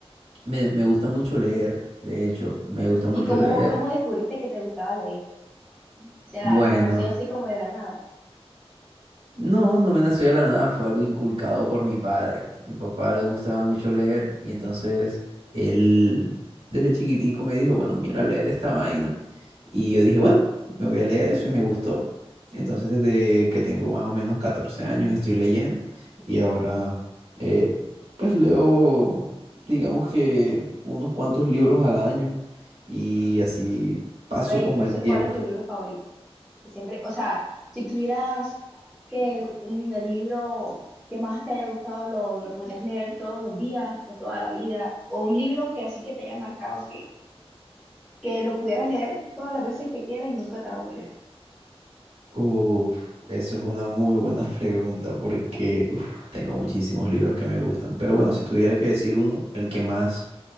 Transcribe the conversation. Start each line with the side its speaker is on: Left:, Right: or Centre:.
Right: Me, me gusta mucho leer, de hecho, me gusta mucho
Centre: ¿Y cómo,
Right: leer.
Centre: cómo descubriste que te gustaba leer? O sea,
Right: Bueno.
Centre: te nació así como de la nada.
Right: No, no me nació de la nada, fue algo inculcado por mi padre. Mi papá le gustaba mucho leer y entonces él desde chiquitico me dijo, bueno, mira, léete esta vaina. Y yo dije, bueno, me voy a leer eso y me gustó. Entonces desde que tengo más o menos 14 años estoy leyendo y ahora eh, pues leo, digamos que unos cuantos libros al año y así paso
Centre: A ver,
Right: como
Centre: entonces,
Right: el tiempo.
Centre: ¿cuál es tu libro favorito? Que siempre, o sea, si tuvieras que un, el libro que más te haya gustado lo, lo podrías leer todos los días o toda la vida, o un libro que así que te haya marcado, que, que lo pudieras leer todas las veces que quieras y nunca te va a aburrir.
Right: Uf, eso es una muy buena <laughs> pregunta porque uf, tengo muchísimos libros que me gustan. Pero bueno, si tuviera que decir uno, el que más